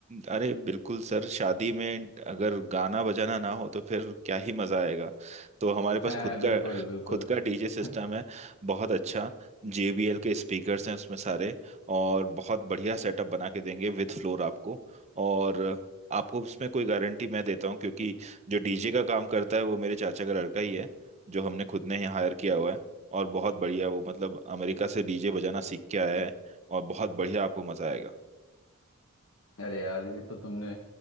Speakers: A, on the right; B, on the left.
A: अरे बिल्कुल सर शादी में अगर गाना बजाना ना हो तो फिर क्या ही मजा आएगा तो हमारे
B: <laughs>
A: पास
B: है
A: खुद
B: बिल्कुल
A: का
B: बिल्कुल
A: खुद का डीजे
B: <laughs>
A: सिस्टम है बहुत अच्छा JBL के स्पीकर्स हैं उसमें सारे और बहुत बढ़िया सेटअप बना के देंगे विद फ्लोर आपको और आपको उसमें कोई गारंटी मैं देता हूँ क्योंकि जो डीजे का काम करता है वो मेरे चाचा का लड़का ही है जो हमने खुद ने ही हायर किया हुआ है और बहुत बढ़िया वो मतलब अमेरिका से डीजे बजाना सीख के आया है और बहुत बढ़िया आपको मजा आएगा
B: अरे यार ये तो तुमने